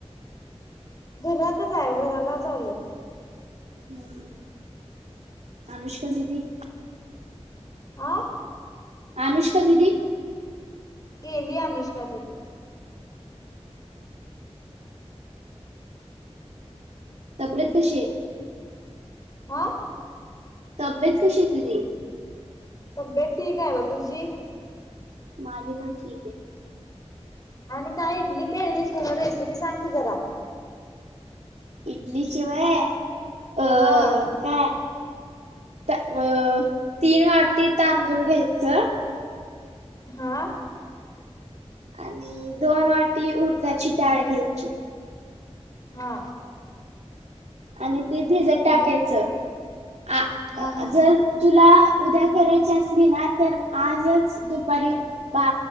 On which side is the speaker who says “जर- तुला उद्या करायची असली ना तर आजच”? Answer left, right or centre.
Right